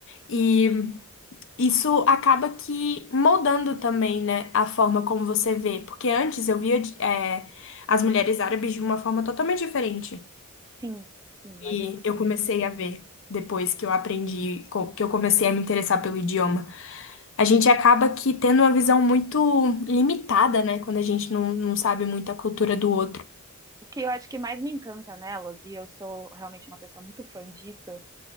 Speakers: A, on the left (about 60°); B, on the right (about 15°).
A: E isso acaba que moldando também, né, a forma como você vê. Porque antes eu via, é, as mulheres árabes de uma forma totalmente diferente.
B: Sim, sim, imagino
A: E
B: que sim.
A: eu comecei a ver depois que eu aprendi, co- que eu comecei a me interessar pelo idioma. A gente acaba que tendo uma visão muito limitada, né, quando a gente não, não sabe muito a cultura do outro.
B: O que eu acho que mais me encanta nelas, e eu sou realmente uma pessoa muito fã disso,